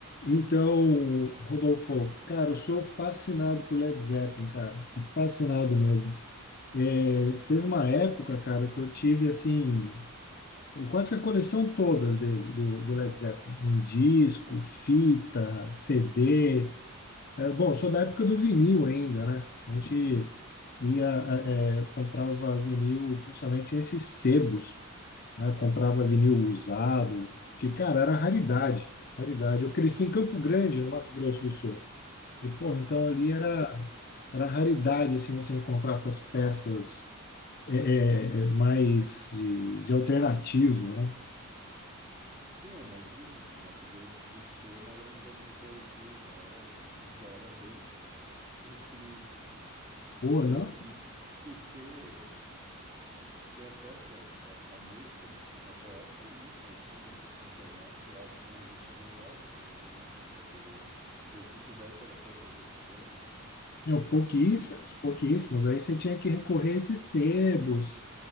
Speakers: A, on the left; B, on the right.
A: Então, Rodolfo, cara, eu sou fascinado por Led Zeppelin, cara. Fascinado mesmo. É, teve uma época, cara, que eu tive, assim, quase que a coleção todas dele, do, do Led Zeppelin, em disco, fita, CD. É, bom, eu sou da época do vinil ainda, né? A gente ia, a- é, comprava vinil, principalmente nesses sebos né? Eu comprava vinil usado, que, cara, era raridade, raridade. Eu cresci em Campo Grande, no Mato Grosso do Sul. E, porra, então ali era,
B: Pô,
A: era raridade, assim, você encontrar essas peças é, é, é, mais de, de alternativo, né?
B: Sim, eu imagino, né? Mato Grosso do Sul, eu morei nos anos 2000, já era, já era bem <laughs> recluso.
A: Pô,
B: Ah,
A: não,
B: e e ter, ter acesso à à- à música no- na tua época era muito mais difícil, não existia internet, as- não existia nem loja, provavelmente, né, em Campo Grande. E daí, se tivesse, era poucas opções, né?
A: não, pouquíssimas, pouquíssimas. Aí você tinha que recorrer a esses sebos,